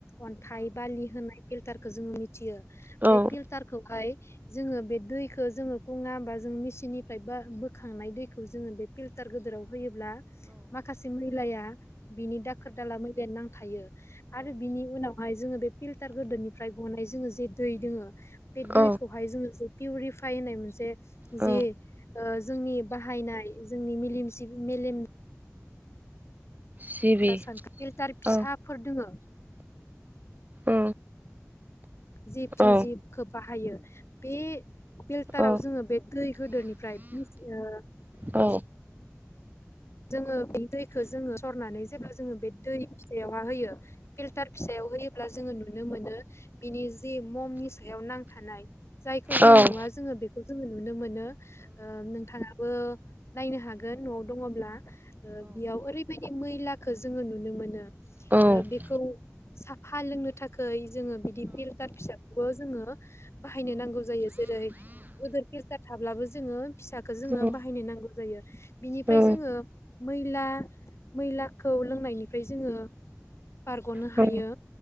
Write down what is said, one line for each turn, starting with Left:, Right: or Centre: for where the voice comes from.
Left: अन्थाइ बालि होनाय। फिलटारखो जोङो मिथियो
Right: औ
Left: बे फिल्टारखौहाय जोङो बे दैखो जोङो बे दैखो जोङो <inaudible> नोंनि सिनिफ्राय बा बोखांनाय दैखौ। जोङो बे फिल्टार गोदोराव होयोब्ला माखासे मैलाया बेनि दाखोर-दाला मैलानि। नांथायो आरो बिनि उनावहाय जोङो बे फिल्टार गोदोदनिफ्राय गनाय जोङो जे दै दोङो। बे दैखौहाय
Right: औ
Left: जोङो जे पिउरिफाइ होननाय मोनसे
Right: औ
Left: जि ओ जोंनि बाह हायनाय जोंनि मेलेम जिबि मेलेम।
Right: सिबि
Left: <unintelligible> फिल्टार फिसाफोर
Right: औ
Left: दङो।
Right: औ
Left: जिब थिं
Right: औ
Left: जिबखो बाहायो बे फिल्टाराव
Right: औ
Left: जोङो बे दै गोदोनिफ्राय। एथलिस ओ।
Right: औ
Left: जोङो बे दैखो जोङो सरनानै जेब्ला जोङो बे दै फिसायावहा होयो फिल्टार फिसायाव। होयोब्ला जोङो नुनो मोनो बिनि जे ममनि सायाव नांथानाय। जायखौ जों
Right: औ
Left: नुवा जोङो बे खौ जोङो नुनो मोनो ओ नोंथाङाबो नायनो हागोन न'आव दङब्ला। ओ बेयाव ओरैबायदि मैलाखो जोङो नुनो मोनो
Right: औ
Left: बेखौ। साफा लोंनो थाखाय जोङो बिदि फिल्टार फिसाखौबो जोङो बाहायनो नांगौ जायो। जेरै- गोदोर फिल्टार थाब्लाबो जोङो फिसाखो जोङो
Right: औ
Left: बाहायनो नांगौ जायो बिनिफ्राय
Right: औ
Left: जोङो। मैला मैलाखौ लोंनायनिफ्राय जोङो। बारग'नो
Right: औ
Left: हायो।